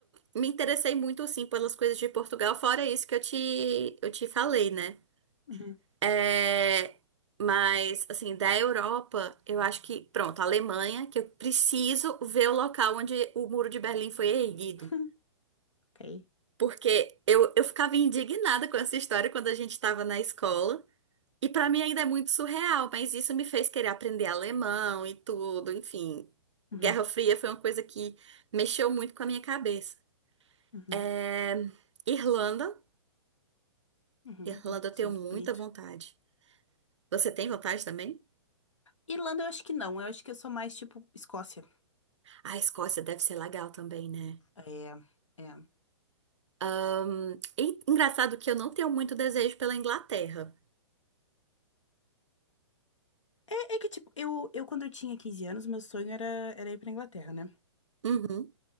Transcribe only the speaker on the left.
Uhum.
<laughs> Ok.
Uhum.
Uhum.
Uhum.
Isso
é muito
bonito.
Irlanda eu acho que não. Eu acho que eu sou mais tipo Escócia.
É. É.
É, é que, tipo, eu, eu quando eu tinha 15 anos, meu sonho era, era ir pra Inglaterra, né?